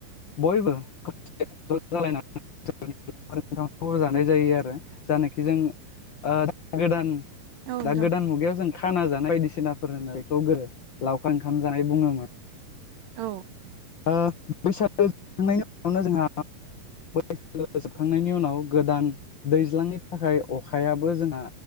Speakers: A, on the left; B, on the right.
A: बयबो <unintelligible> ज जालायनानै <unintelligible> जानाय जायो आरो जानखि जों ओ गोदान
B: औ नोंथां
A: दा गोदान मुगायाव जों खाना जानाय बायदिसिनाफोर होननाय बेखौ गो लावखार ओंखाम जानाय बुङोमोन
B: औ
A: ओ बैसागो जोबखांनायनि उनावनो जोंहा <unintelligible> जोबखांनायनि उनाव गोदान दैज्लांनि थाखाय अखायाबो जोंहा